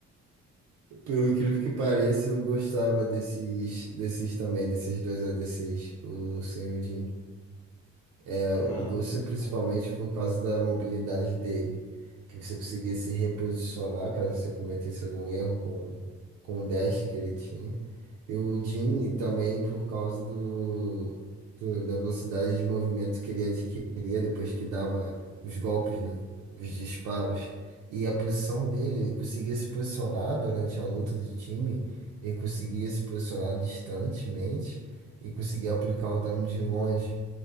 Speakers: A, on the right (about 80°); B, on the left (about 80°).
A: Pelo incrível
B: o-
A: que pareça, eu gostava desses, desses também, desses dois a ADCs, o sem o Jhin. é,
B: Ah,
A: o Lúcio,
B: muito
A: principalmente
B: bom.
A: por causa da mobilidade dele, que você conseguia se reposicionar caso você cometesse algum erro com, com o dash que ele tinha. E o Jhin também por causa do, do- da velocidade de movimento que ele adquiria depois que dava os golpes, né? Os disparos. E a posição dele, ele conseguia se posicionar durante a luta de time, ele conseguia se posicionar distantemente e conseguia aplicar o dano de longe.